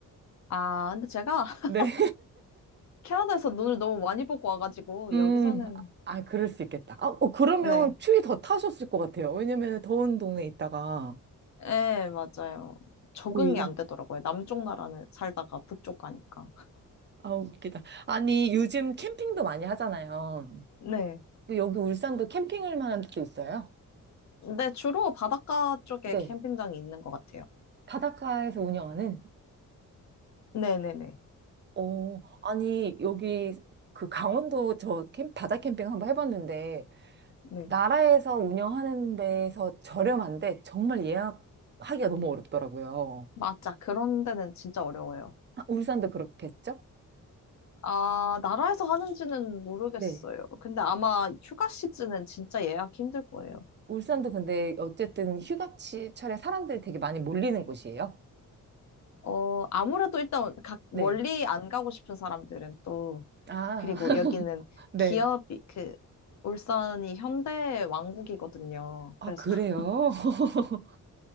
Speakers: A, on the left; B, on the right.
A: 아, 근데 제가 <laughs>
B: 네.
A: 캐나다에서 눈을 너무 많이 보고 와가지고,
B: 음,
A: 여기서는,
B: 아, 그럴 수 있겠다. 아, 어, 그러면
A: 네.
B: 추위 더 타셨을 것 같아요. 왜냐면 더운 동네에 있다가
A: 예, 맞아요. 적응이
B: 오히려.
A: 안 되더라고요. 남쪽 나라는 살다가 북쪽 가니까.
B: 아, 웃기다. 아니, 요즘 캠핑도 많이 하잖아요.
A: 네.
B: 또 여기 울산도 캠핑을 만한 데도 있어요?
A: 근데 주로 바닷가 쪽에
B: 네.
A: 캠핑장이 있는 것 같아요.
B: 바닷가에서 운영하는?
A: 네네네.
B: 어, 아니, 여기 그 강원도 저 캠, 바다 캠핑 한번 해봤는데,
A: 네.
B: 나라에서 운영하는 데에서 저렴한데, 정말 예약하기가 너무 어렵더라고요.
A: 맞아. 그런 데는 진짜 어려워요.
B: 아, 울산도 그렇겠죠?
A: 아, 나라에서 하는지는 모르겠어요.
B: 네.
A: 근데 아마 휴가 시즌은 진짜 예약 힘들 거예요.
B: 울산도 근데 어쨌든 휴가철에 사람들이 되게 많이 몰리는 곳이에요.
A: 어, 아무래도 일단 각 멀리
B: 네.
A: 안 가고 싶은 사람들은 또,
B: 아,
A: 그리고
B: <laughs>
A: 여기는 기업이,
B: 네.
A: 그, 울산이 현대 왕국이거든요.
B: 아,
A: 그래서
B: 그래요?
A: <laughs>
B: <laughs>